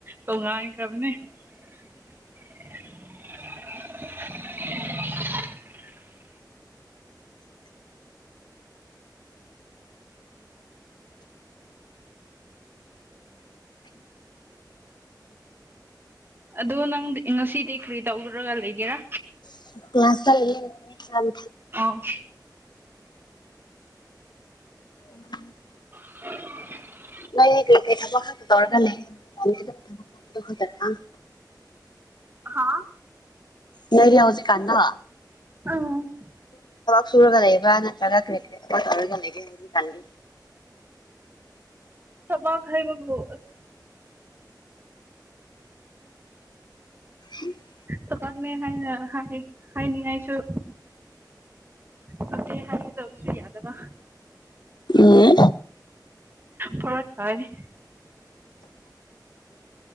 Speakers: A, on the right; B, on the left.
A: ꯇꯣꯉꯥꯟꯈ꯭ꯔꯕꯅꯦ <unintelligible> ꯑꯗꯣ ꯅꯪꯗꯤ ꯉꯁꯤꯗꯤ ꯀꯔꯤ ꯇꯧꯔꯒ ꯂꯩꯒꯦꯔꯥ
B: ꯏ <unintelligible>
A: ꯑ
B: ꯎꯝ <unintelligible>
A: <unintelligible>
B: ꯅꯪꯗꯤ ꯀꯩ ꯀꯩ ꯊꯥꯕꯛ ꯈꯛꯇ ꯇꯧꯔꯒꯂꯩ ꯍꯧꯖꯤꯛꯀꯥꯟꯗꯤ ꯑꯗꯨꯝ ꯊꯥꯕꯛ ꯆꯠꯄꯗꯣ ꯈꯛꯇꯔ
A: ꯍꯥꯥ
B: ꯅꯪꯒꯤ ꯍꯧꯖꯤꯛ ꯀꯥꯟꯗꯣ
A: ꯑ <unintelligible>
B: ꯁꯨꯔꯒ ꯂꯩꯕꯔ ꯅꯠꯇ꯭ꯔꯒ ꯀꯥꯔꯤ- ꯀꯥꯔꯤ ꯍꯣꯠꯅꯔꯒ ꯂꯩꯒꯦ ꯍꯧꯖꯤꯛꯀꯥꯟꯗꯤ
A: ꯊꯥꯕꯛ ꯍꯥꯏꯕꯕꯨ ꯑꯁ
B: ꯎꯝ <unintelligible>
A: ꯊꯥꯕꯛꯅꯦ ꯍꯥꯏꯅ ꯍꯥꯏ ꯍꯥꯏꯅꯤꯡꯉꯥꯏꯁꯨ ꯇꯧꯗꯦ ꯍꯥꯏꯒꯗꯕꯁꯨ ꯌꯥꯗꯕ
B: ꯎꯝ
A: ꯐꯥꯔꯛ ꯇꯥꯏꯌꯦ